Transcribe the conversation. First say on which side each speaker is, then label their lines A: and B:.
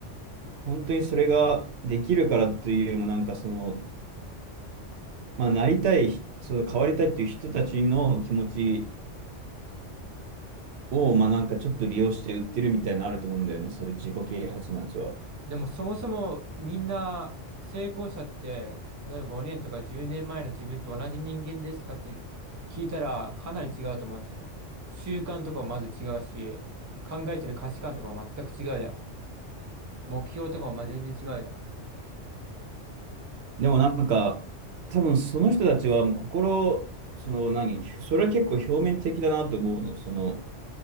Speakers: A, on the right; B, on the right.
A: 本当にそれができるからというよりも、なんかその、まあ、なりたい、そう変わりたいっていう人たちの気持ちを、まあ、なんかちょっと利用して売ってるみたいなのあると思うんだよね、そういう自己啓発のやつは。
B: でもそもそもみんな成功者って、例えば5年とか10年前の自分と同じ人間ですかって聞いたらかなり違うと思うんだよね。習慣とかもまず違うし、考えてる価値観とかも全く違うじゃん。目標とかもまあ全然違うじゃん。
A: でもなんか、多分その人たちはもう心、その何、それは結構表面的だなと思うの、その、